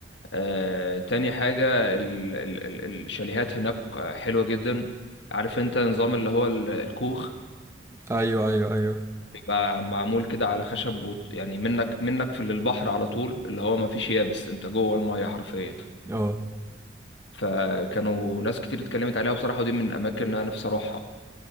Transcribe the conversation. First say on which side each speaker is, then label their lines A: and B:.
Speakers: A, on the left; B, on the right.
A: آه، تاني حاجة ال- ال- ال- الشاليهات هناك آه، حلوة جدا عارف انت نظام اللي هو ال- الكوخ
B: ايوه ايوه ايوه
A: بيبقى معمول كده على خشب وط- يعني منك منك في للبحر على طول اللي هو ما فيش يابس انت جوه المية حرفيا
B: اه
A: فكانوا ناس كتير اتكلمت عليها بصراحة ودي من الاماكن اللي انا نفسي اروحها